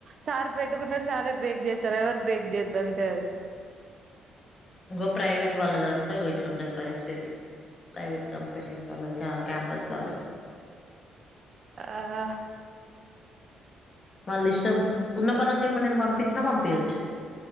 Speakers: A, on the right; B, on the left.
A: సార్ పెట్టుకుంటడు సారే బ్రేక్ చేస్తారు ఎవరు బ్రేక్ చేయద్దంతే అది
B: ఇంకో ప్రైవేట్ వాళ్ళ దాంట్లో ఇగొ ఇట్లంటది పరిస్థితి ప్రైవేట్ కంపెనీస్ వాళ్ళది కా క్యాంపస్ వాళ్ళది
A: ఆహా
B: వాళ్ళిష్టం ఉన్న ఫలంగా ఇప్పుడు నిన్ను పంపిచ్చినా పంపియచ్చు